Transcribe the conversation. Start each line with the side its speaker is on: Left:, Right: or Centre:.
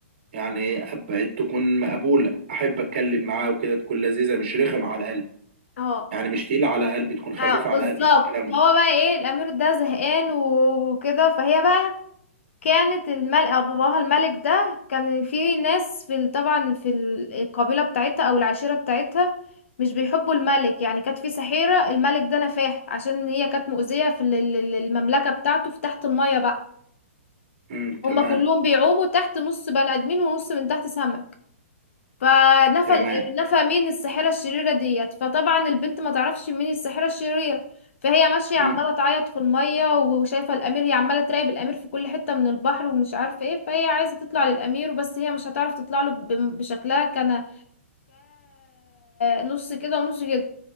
Right: يعني أب- تكون مقبولة احب اتكلم معاها وكده تكون لذيذة مش رخم على القلب
Left: اه
Right: يعني مش تقيلة على قلبي تكون خفيفة
Left: اه بالظبط
Right: على قلبي في الكلام وكده.
Left: فهو بقى ايه الامير ده زهقان وكده فهي بقى كانت الملك او باباها الملك ده كان في ناس في ال- طبعا في ال- القبيله بتاعتها او العشيره بتاعتها مش بيحبوا الملك يعني كانت في سحيره الملك ده نفاه عشان هي كانت مؤذيه في ال- ال- المملكه بتاعته في تحت الميه بقى
Right: امم تمام
Left: هما كلهم بيعوموا تحت نص بني ادمين ونص من تحت سمك فنفى
Right: تمام
Left: ال- نفى مين الساحرة الشريرة ديت فطبعا البنت ما تعرفش مين الساحرة الشريرة فهي ماشية
Right: امم
Left: عمالة تعيط في المية وشايفة الأمير هي عمالة تراقب الأمير في كل حتة من البحر ومش عارفة ايه فهي عايزة تطلع للأمير بس هي مش هتعرف تطلع له ب- بشكلها كان كنص كده ونص كده